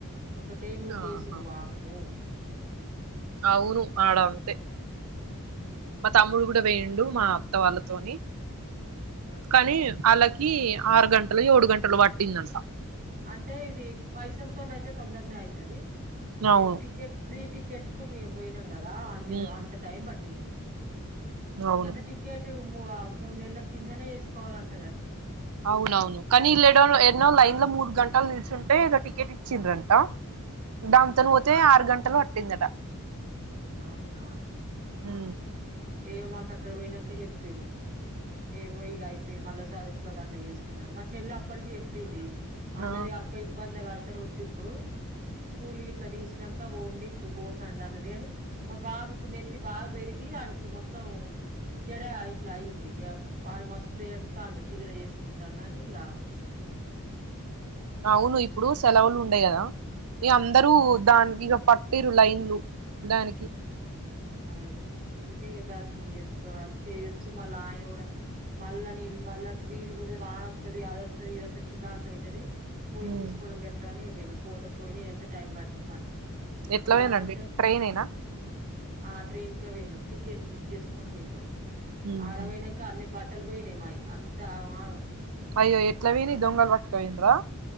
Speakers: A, on the right; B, on the right.
A: ఒకటే నుకేసుడు
B: ఆహా
A: వామ్మో
B: ఆవును ఆడ అంతే
A: మ్మ్
B: మా తమ్ముడు కూడ వేయిండు మా వాళ్ళతోని
A: ఆ
B: కానీ వాళ్ళకి ఆరు గంటలో ఏడు గంటలో పట్టిందంట
A: అంటే ఇది పైసలతోని అయితే తొందరనే అవుతుది ఇది
B: అవును
A: టికెట్ ఫ్రీ టికెట్కు మేము పోయినాం కదా అ మీరు
B: ఉమ్
A: అంత టైం పట్టింది
B: అవును
A: అంటే టికెట్ మూడు నెలల కిందనే వేసుకోవాలంట <unintelligible>
B: అవునవును కానీ ఇల్లు ఎడో ఎన్నో లైన్ లో మూడు గంటలు నిలిచుంటేో టికెట్ ఇచ్చింద్రంట దాని తోని
A: ఆహా
B: పోతే ఆరు గంటలు పట్టిందట
A: అవునా
B: హు
A: <unintelligible> మాకు అక్కడ పోయినాక చెప్పిరు ఏమో ఇగ అయిపోయింది మళ్ళసారి ఇట్లా కూడా అట్లా చేసుకుందను మా చెల్లి అప్పటికి చెప్పింది అన్నయ
B: ఆ
A: అక్క ఇబ్బంది పడతారు వద్దు ఇప్పుడు స్కూల్ గిట్లా తీసినాక పొండి ఇప్పుడు పోకండి అన్నది గని మా బాబుకు నెత్తి బాగా పెరిగి ఆనీకి మొత్తం జడ ఇట్లా అయింది ఇక వాడు మస్తు ఏడ్తండు చిదిర చేసుకుంటాడు అని ఇగ
B: అవును ఇప్పుడు సెలవులు ఉండయి కదా ఇగ అందరూ దానికి ఇగ పట్టిరు లైన్లు దానికి
A: అదే అందుకే ఇక దర్శనం చేసుకోలి చేయొచ్చు మళ్ళా ఆయన కూడా మళ్ళ నేను మళ్ళ వీల్ కూడా వాన అత్తది అది అత్తది ఇదొత్తాది చికాక్ అయితది పోయి
B: ఉమ్
A: తీసుకోవడం బెటరని పోయినం పోతే పోయిన ఎంత టైం పట్టంది పని
B: ఎట్లా
A: ఇక
B: పోనండి
A: ఆన్చ
B: ట్రైన్ ఏనా
A: ఆ ట్రైన్ కే వేయినం టికెట్ బుక్ చేసుకొని పోయినం
B: ఉహు
A: ఆడవేనా ఇంకా అన్ని బట్టలు పోయినాయి మాయి అంత ఆగమగం
B: అయ్యో ఎట్లా పోయినా దొంగల్ పట్టుకవేయిరా